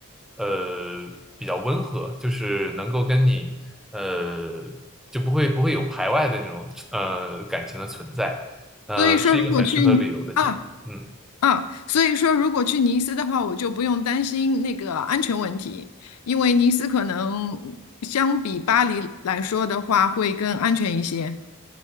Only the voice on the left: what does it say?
所以说，
如果去啊
啊，所以说如果去尼斯的话，我就不用担心那个安全问题，因为尼斯可能相比巴黎来说的话，会更安全一些。